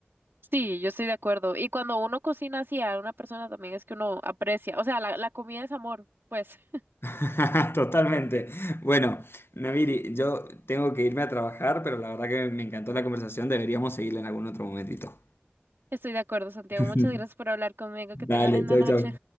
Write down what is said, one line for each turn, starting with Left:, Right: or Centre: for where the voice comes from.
Right: Sí, yo estoy de acuerdo. Y cuando uno cocina así a una persona también es que uno aprecia, o sea, la, la comida es amor, pues. <laughs>
Left: <laughs> Totalmente. Bueno, Naviri, yo tengo que irme a trabajar, pero la verdad que me encantó la conversación. Deberíamos seguirla en algún otro momentito.
Right: Estoy de acuerdo, Santiago.
Left: <laughs>
Right: Muchas gracias por hablar conmigo. Que tengan
Left: Dale,
Right: linda
Left: chau,
Right: noche.
Left: chau.